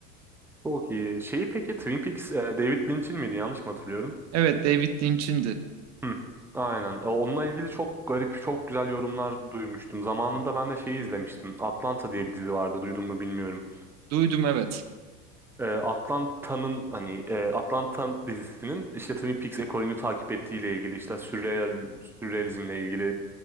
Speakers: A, in the centre; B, on the right (about 35°).
A: Çok iyi. Şeyi peki Twin Peaks e, David Lynch'in miydi? Yanlış mı hatırlıyorum?
B: Evet David Lynch'indi.
A: Hı. Aynen. E, Onunla ilgili çok garip, çok güzel yorumlar duymuştum. Zamanında ben de şeyi izlemiştim. Atlanta diye bir dizi vardı. Duydun mu bilmiyorum.
B: Duydum evet.
A: E, Atlanta'nın hani e, Atlanta dizisinin işte Twin Peaks ekolünü takip ettiğiyle ilgili işte sürreal sürrealizmle ilgili